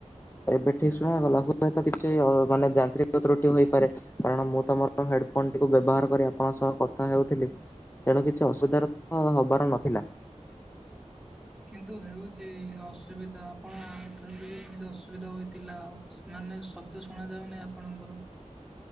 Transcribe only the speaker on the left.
ଏବେ ଠିକ୍ ଶୁଣାଗଲା ହୁଏତ କିଛି ମାନେ ଯାନ୍ତ୍ରିକ ତ୍ରୁଟି ହୋଇପାରେ। କାରଣ ମୁଁ ତମର ହେଡଫୋନ ଟିକୁ ବ୍ୟବହାର କରି ଆପଣଙ୍କ ସହ କଥା ହେଉଥିଲି। ତେଣୁ କିଛି ଅସୁବିଧାର ତ ହବାର ନଥିଲା।